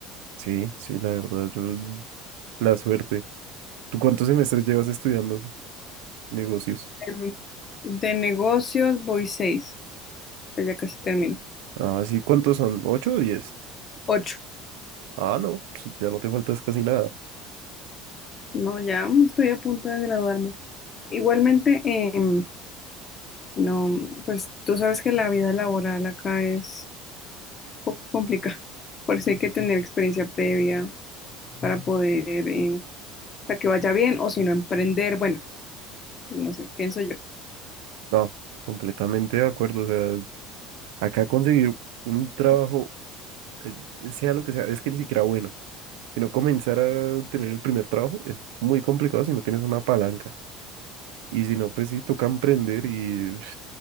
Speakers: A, on the right; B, on the left.
A: Sí, sí, la verdad, yo la suerte. ¿Tú cuántos semestres llevas estudiando negocios?
B: Em, De negocios voy seis. Pues Ya casi termino.
A: Ah, sí, ¿cuántos son? ¿Ocho o diez?
B: Ocho.
A: Ah, no, pues ya no te faltas casi nada.
B: No, ya estoy a punto de graduarme. Igualmente, em, no, pues tú sabes que la vida laboral acá es poco complicado. Por eso hay que tener experiencia previa para poder, eh, para que vaya bien, o si no, emprender, bueno, no sé, pienso yo.
A: No, completamente de acuerdo. O sea, acá conseguir un trabajo, eh, sea lo que sea, es que ni siquiera bueno. Si no comenzar a tener el primer trabajo es muy complicado si no tienes una palanca. Y si no, pues sí, toca emprender y pf,